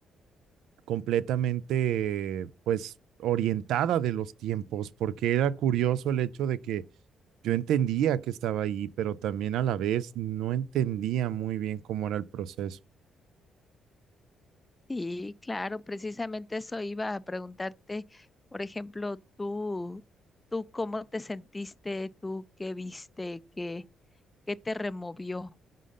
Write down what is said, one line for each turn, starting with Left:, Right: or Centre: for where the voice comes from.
Right: completamente, pues, orientada de los tiempos, porque era curioso el hecho de que yo entendía que estaba ahí, pero también a la vez no entendía muy bien cómo era el proceso.
Left: Sí, claro, precisamente eso iba a preguntarte, por ejemplo, tú, tú cómo te sentiste, tú qué viste, qué, qué te removió.